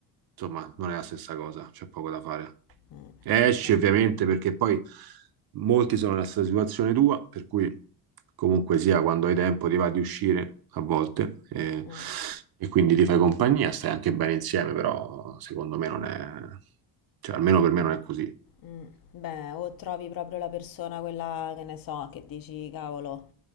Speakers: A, on the right (about 50°); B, on the left (about 45°).
A: insomma, non è la stessa cosa, c'è poco da fare.
B: Mm,
A: Esci
B: cioè,
A: ovviamente perché poi molti sono nella stessa situazione tua, per cui comunque sia quando hai tempo ti va di uscire a volte e,
B: mm.
A: e quindi ti fai compagnia, stai anche bene insieme, però secondo me non è, cioè almeno per me non è così.
B: Mm, beh, o trovi proprio la persona, quella che ne so, che dici, cavolo,